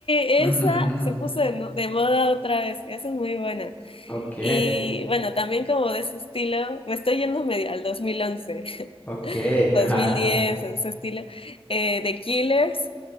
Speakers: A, on the left; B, on the left.
A: esa
B: Ujú, ujú.
A: se puso de, no- de moda otra vez. Esa es muy buena.
B: Ok,
A: Y bueno, también como de ese estilo, me estoy yendo medio al 2011,
B: ok,
A: 2010,
B: ajá.
A: <laughs> ese estilo, eh, The Killers.